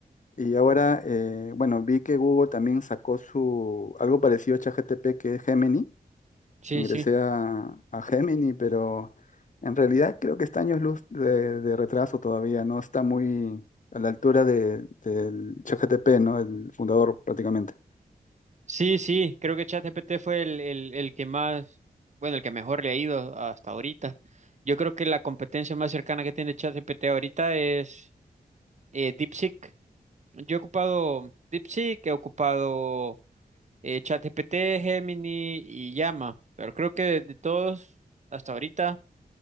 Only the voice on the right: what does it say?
Sí,
sí,
Sí, sí, creo que ChatGPT fue el, el, el que más, bueno, el que mejor le ha ido hasta ahorita. Yo creo que la competencia más cercana que tiene ChatGPT ahorita es eh, DeepSeek. Yo he ocupado DeepSeek, he ocupado eh, ChatGPT, Gemini y Llama, pero creo que de, de todos hasta ahorita